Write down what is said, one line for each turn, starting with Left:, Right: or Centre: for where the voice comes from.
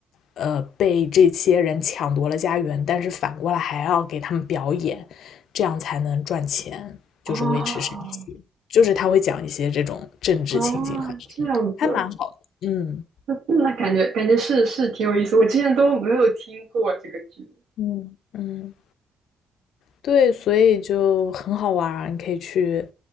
Left: 呃，被这些人抢夺了家园，但是反过来还要给他们表演，这样才能赚钱，就是维持生计。
Right: 哦
Left: 就是他会讲一些这种政治情景话题，
Right: 哦，这样子，
Left: 还蛮好的。嗯
Right: 那那感觉感觉是是挺有意思，我之前都没有听过这个剧。
Left: 嗯，嗯，对，所以就很好玩儿，你可以去